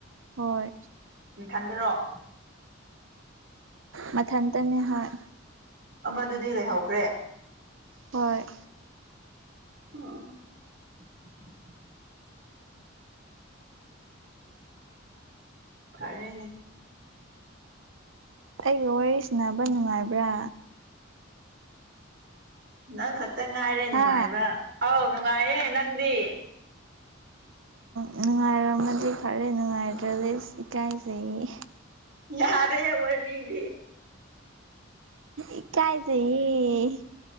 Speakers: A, on the right; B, on the right.
A: ꯍꯣꯏ
B: ꯅꯊꯟꯗꯔꯣꯑꯣ
A: ꯃꯊꯟꯇꯅꯦ ꯍꯥꯏ꯫
B: ꯑꯃꯗꯨꯗꯤ ꯂꯩꯍꯧꯈ꯭ꯔꯦ?
A: ꯍꯣꯏ
B: <inaudible> ꯐꯔꯦꯅꯦ꯫
A: ꯑꯩꯒ ꯋꯥꯔꯤ ꯁꯅꯕ ꯅꯨꯡꯉꯥꯏꯕ꯭ꯔꯥ?
B: ꯅꯪ ꯈꯛꯇ ꯉꯥꯏꯔꯦ ꯅꯨꯡꯉꯥꯏꯕ
A: ꯍꯥ
B: ꯑꯧ ꯅꯨꯡꯉꯥꯏꯌꯦ ꯅꯪꯗꯤ꯫
A: ꯅꯨꯡꯉꯥꯏꯔꯝꯃꯗꯤ ꯐꯔꯦ ꯅꯨꯡꯉꯥꯏꯗ꯭ꯔꯗꯤ ꯏꯀꯥꯏꯖꯩꯌꯦ꯫
B: ꯌꯥꯔꯦꯍꯦ ꯋꯥꯔꯤꯗꯤ꯫
A: ꯏꯀꯥꯏꯖꯩꯍꯦ꯫